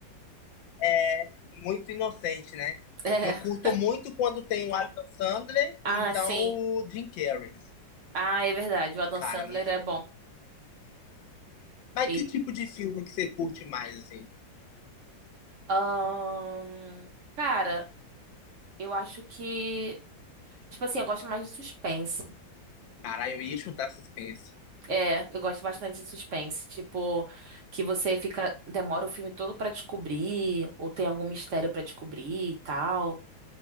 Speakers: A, on the left; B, on the right.
A: é muito inocente, né?
B: <laughs> É.
A: Eu curto muito quando tem o Adam Sandler ou
B: Ah,
A: então
B: sim.
A: o Jim Carrey.
B: Ah, é verdade. O Adam
A: Cara,
B: Sandler
A: muito
B: é
A: bom.
B: bom.
A: Mas
B: Ele.
A: que tipo de filme que você curte mais, assim?
B: Ahn, cara, eu acho que. Tipo assim, eu gosto mais de suspense.
A: Cara, eu ia chutar suspense.
B: É, eu gosto bastante de suspense. Tipo, que você fica. Demora o filme todo pra descobrir, ou tem algum mistério pra descobrir e tal.